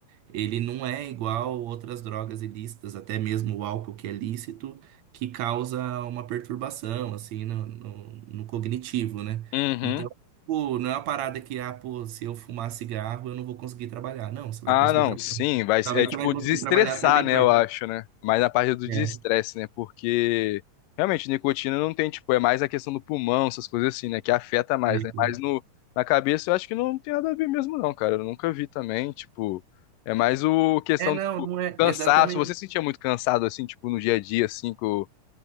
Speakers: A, on the right; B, on the left.
A: ele não é igual outras drogas ilícitas, até mesmo o álcool que é lícito, que causa uma perturbação, assim, no, no- no cognitivo, né?
B: Uhum.
A: Então, pô, não é uma parada que, ah, pô, se eu fumar cigarro, eu não vou conseguir trabalhar. Não, você vai
B: Ah,
A: conseguir
B: não,
A: trabalhar.
B: sim, vai,
A: Talvez
B: é tipo
A: você vai conseguir
B: desestressar,
A: trabalhar até melhor.
B: né, eu acho, né? Mais na parte do desestresse,
A: É,
B: né? Porque realmente nicotina não tem, tipo, é mais a questão do pulmão, essas coisas assim, né, que afeta mais,
A: isso.
B: né? Mas no na cabeça eu acho que não tem nada a ver mesmo não, cara. Eu nunca vi também, tipo, é mais o questão
A: É, não,
B: tipo,
A: não é
B: cansaço.
A: exatamente.
B: Você se sentia muito cansado assim, tipo, no dia a dia assim, co-